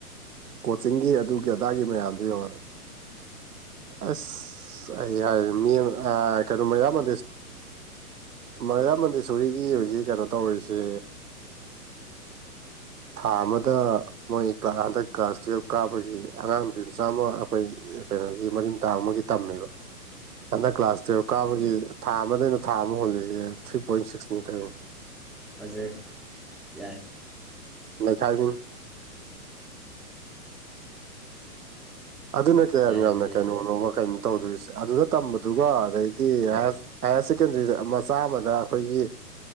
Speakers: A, on the right; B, in the centre.
A: ꯀꯣꯆꯤꯡꯒꯤ ꯑꯗꯨꯒꯤ ꯑꯗꯥꯒꯤ ꯃꯌꯥꯝꯗꯣ ꯌꯡꯉꯦ ꯑꯁ ꯑꯩ ꯌꯥ ꯃꯤ ꯀꯔ ꯃ ꯌꯥ ꯃ ꯃꯔꯤꯌꯥ ꯃꯟꯙꯦꯁꯣꯔꯤꯒꯤ ꯍꯧꯖꯤꯛ ꯀꯩꯅꯣ ꯇꯧꯔꯤꯁꯦ <unintelligible> ꯊꯥ ꯑꯃꯗ ꯃꯣꯏ ꯀ꯭ꯂ ꯍꯟꯗꯛ ꯀ꯭ꯂꯥꯁ ꯇꯨꯌꯦꯜꯞ ꯀꯥꯞꯄꯒꯤ ꯑꯉꯥꯡ ꯅꯨꯄꯤ ꯃꯆꯥ ꯑꯃ ꯑꯩꯈꯣꯏ ꯀꯩꯅꯣꯒꯤ ꯃꯔꯤꯝ ꯇꯥꯡ ꯑꯃꯒꯤ ꯇꯝꯃꯦꯕ ꯍꯟꯗꯛ ꯀ꯭ꯂꯥꯁ ꯇꯨꯌꯦꯜꯞ ꯀꯥꯕꯒꯤ ꯊꯥ ꯑꯃꯗꯩꯅ ꯊꯥ ꯑꯃ ꯍꯨꯜꯂꯤꯁꯦ ꯊ꯭ꯔꯤ ꯄꯣꯏꯟ ꯁꯤꯛꯁꯅꯤ ꯀꯥꯏꯩꯅꯣ
B: ꯐꯖꯩ ꯌꯥꯏ
A: ꯂꯈꯥꯏꯕꯤꯟ ꯑꯗꯨꯅ ꯀꯌꯥꯝ
B: ꯌꯥꯏ
A: ꯌꯥꯝꯅ
B: ꯑꯗꯨ ꯌꯥꯏ
A: ꯀꯩꯅꯣꯅꯣꯕ ꯀꯩꯅꯣ ꯇꯧꯗꯣꯏꯁꯦ ꯑꯗꯨꯗ ꯇꯝꯕꯗꯨꯒ ꯑꯗꯩꯗꯤ ꯍꯥꯌꯔ ꯁꯦꯀꯦꯟꯗꯔꯤꯗ ꯃꯆꯥ ꯑꯃꯗ ꯑꯩꯈꯣꯏꯒꯤ